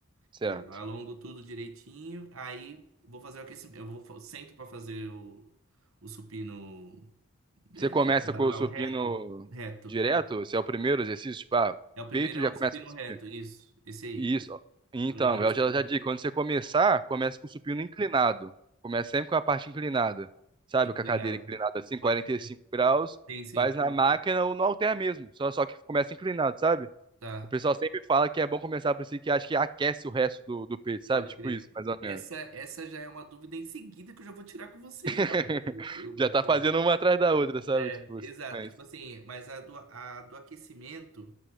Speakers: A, on the right; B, on the right.
A: certo.
B: Beleza? Eu alongo tudo direitinho, aí vou fazer o aquecimento. Eu vou, fa- sento para fazer o, o supino é,
A: Você começa
B: deitado
A: com
B: lá,
A: o supino
B: o reto. Reto.
A: direto, se é o primeiro exercício, tipo, ah,
B: É o primeiro
A: peito
B: é
A: já
B: o
A: começa
B: supino
A: com o supino.
B: reto, isso. Esse aí.
A: Isso. ó. Então,
B: Na horizontal.
A: eu já, já digo, quando você começar, começa com o supino inclinado. Começa sempre com a parte inclinada. Sabe,
B: Inclinado.
A: com a cadeira inclinada assim,
B: Pode
A: quarenta
B: crer.
A: e cinco graus,
B: Sim, sim.
A: faz na máquina ou no halter mesmo. Só, só que começa inclinado, sabe?
B: Tá.
A: O pessoal sempre fala que é bom começar por si, que acho que aquece o resto do, do peito, sabe?
B: Pode
A: Tipo
B: crer.
A: isso, mais ou menos.
B: Essa, essa já é uma dúvida em seguida que eu já vou tirar com você
A: <laughs>
B: já. Eu, eu-
A: Já
B: bom,
A: tá fazendo uma atrás da outra, sabe?
B: É,
A: Tipo,
B: exato.
A: mas.
B: É, tipo assim, mas a do, a do aquecimento,